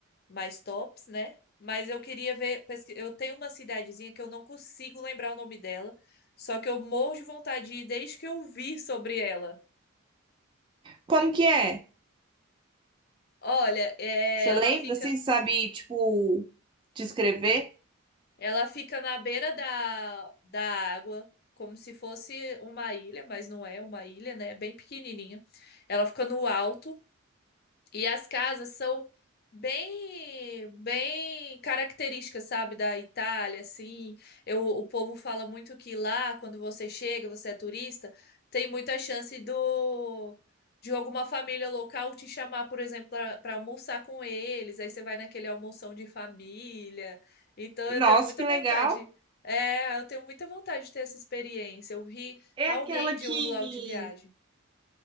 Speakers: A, on the left; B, on the right.
A: mais tops, né? Mas eu queria ver. pesqui- Eu tenho uma cidadezinha que eu não consigo lembrar o nome dela, só que eu morro de vontade de ir desde que eu vi sobre ela.
B: Como que é?
A: Olha, é,
B: Você
A: ela
B: lembra?
A: fica,
B: Assim, sabe, tipo, descrever?
A: ela fica na beira da, da água, como se fosse uma ilha, mas não é uma ilha, né? É bem pequenininha. Ela fica no alto. E as casas são bem, bem características, sabe, da Itália, assim. Eu, o povo fala muito que lá, quando você chega, você é turista, tem muita chance do de alguma família local te chamar, por exemplo, para almoçar com eles. Aí você vai naquele almoção de família. Então
B: Nossa,
A: eu tenho muita
B: que
A: vontade.
B: legal.
A: É, eu tenho muita vontade de ter essa experiência. Eu vi
B: É
A: alguém
B: aquela
A: de
B: que...
A: um vlog de viagem.